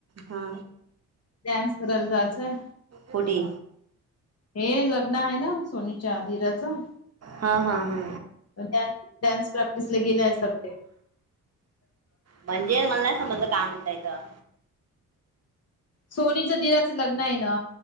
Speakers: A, on the right; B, on the left.
A: हा.
B: डान्स करायला जायचंय.
A: कुठे?
B: हे लग्न आहे ना सोनीच्या धीऱ्याचं,
A: हा हा हा
B: डान्स डान्स प्रॅक्टिसला गेलेय सगळे
A: म्हणजे मला नाही समजलं का म्हणतात.
B: सोनीचं दिराचं लग्न आहे ना,